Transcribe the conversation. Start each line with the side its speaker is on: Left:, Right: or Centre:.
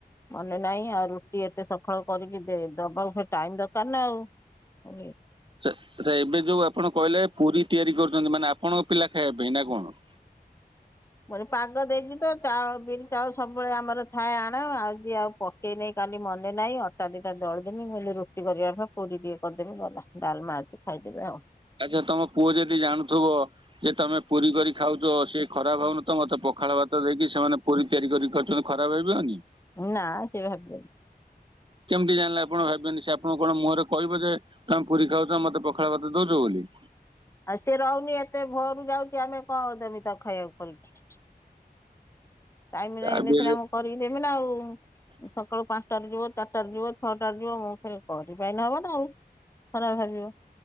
Left: ମନେ ନାହିଁ ଆଉ ରୁଟି ଏତେ ସକାଳ କରିକି ଦବାକୁ ଫେର ଟାଇମ ଦରକାର ନା ଆଉ <unintelligible>
Right: ସେ ସେ ଏବେ ଯୋଉ ଆପଣ କହିଲେ ପୁରୀ ତିଆରି କରୁଛନ୍ତି ମାନେ ଆପଣଙ୍କ ପିଲା ଖାଇବା ପାଇଁ ନା କଣ?
Left: ମାନେ ପାଗ ଦେଇଛି ତ ଚାଉଳ ବିରି ଚାଉଳ ସବୁ ସବୁବେଳେ ଆମର ଥାଏ ଆଣ ଆଉ ଯ ଆଉ ପକେଇ ନେଇ କାଲି ମନେ ନାହିଁ ଅଟା ଦିଟା ଦଳିଦେନି ମୁ ରୁଟି କରିବା ପୁରୀ ଟିକେ କରିଦେବି ଗଲା ଡାଲମା ଅଛି ଖାଇଦେବେ ଆଉ।
Right: ଆଚ୍ଛା ତମ ପୁଅ ଯଦି ଜାଣୁଥିବ ଯେ ତମେ ପୁରୀ କରି ଖାଉଛ ସେ ଖରାପ ଭାବୁନଥିବ ତ ମତେ ପଖାଳ ଭାତ ଦେଇକି ସେମାନେ ପୁରୀ ତିଆରି କରି ଖାଉଛନ୍ତି ଖରାପ ଭାବିବନି।
Left: ନା ସିଏ ଭାବିବନି।
Right: କେମିତି ଜାଣିଲେ ଆପଣ ଭାବିବେନି ସେ ଆପଣ କଣ ମୁହଁରେ କହିବେ ଯେ ତମେ ପୁରୀ ଖାଉଛ ମତେ ପଖାଳ ଭାତ ଦଉଛ ବୋଲି।
Left: ଆଉ ସିଏ ରହୁନି ଏତେ ଭୋରରୁ ଯାଉଛି ଆମେ କଣଦମି ତାକୁ ଖାଇବାକୁ କରିକି। ଟାଇମରେ
Right: ଯାହା
Left: ହେଲେ
Right: ବି
Left: ସିନା ମୁଁ କରିକିଦେମି ନା ଆଉ ସକାଳୁ ପାଞ୍ଚଟାରେ ଯିବ ଚାରିଟାରେ ଯିବ ଛଅଟାରେ ଯିବ ମୁଁ ଫେର କରିପାରିଲେ ହବ ନା ଆଉ। ଖରାପ ଭାବିବ।